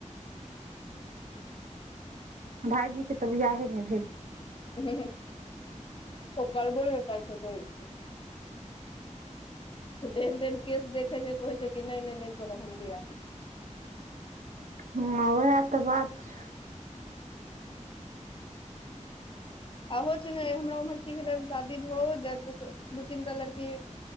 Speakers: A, on the right; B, on the left.
A: भाायजी के तऽ वियाहे ने भेलै।
B: ऊं हूं ओ करबो नहि करै छथि ओहिसे। ओ तेहन तेहन केस देखै छै कहै छै कि नहि नहि नहि करब हम बियाह।
A: हँ वैह तऽ बात छै।
B: ओहो छै ने हमरा उम्हर की भेलै शादी भोहो जैत दू तीनटा लड़की